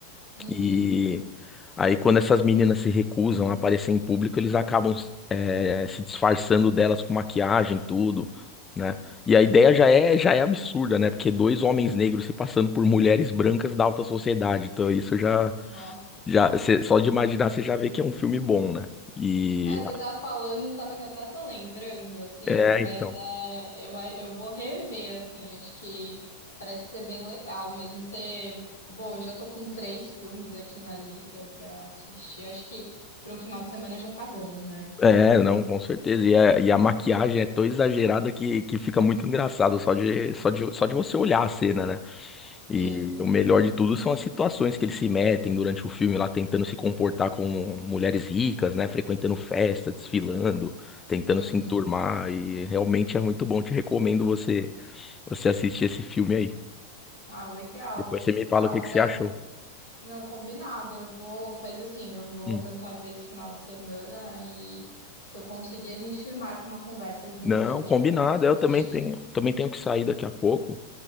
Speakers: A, on the left; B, on the left.
A: Uhum.
B: E aí, quando essas meninas se recusam a aparecer em público, eles acabam eh, se disfarçando delas com maquiagem, tudo, né? E a ideia já é, já é absurda, né? Porque dois homens negros se passando por mulheres brancas da alta sociedade. Então, isso já,
A: Ó.
B: já, cê- só de imaginar, você já vê que é um filme bom, né? E
A: É, você tá falando, sabe que eu até tô lembrando, assim,
B: É,
A: mas
B: então.
A: é, eu, a- eu vou rever, assim, acho que parece ser bem legal mesmo. Você, bom, eu já tô com três filmes aqui na lista pra assistir, acho que pra um final de semana já tá bom, né?
B: é, não, com certeza. E, é- e a maquiagem é tão exagerada que, que fica muito engraçado só de, só de, só de você olhar a cena, né?
A: Sim,
B: E
A: sim.
B: o melhor de tudo são as situações que eles se metem durante o filme lá, tentando se comportar com mulheres ricas, né? Frequentando festa, desfilando, tentando
A: Uhum.
B: se enturmar. E realmente é muito bom. Te recomendo você você assistir esse filme aí.
A: Ah, legal,
B: Depois você me
A: legal,
B: fala o que que
A: já,
B: você achou.
A: não, combinado, eu vou, faz assim, eu vou
B: Hum.
A: tentar ver esse final de semana e se eu conseguir a gente marca uma conversa de
B: Não,
A: novo, eu te
B: combinado.
A: conto o que
B: Eu
A: eu achei.
B: também tenho, também tenho que sair daqui a pouco.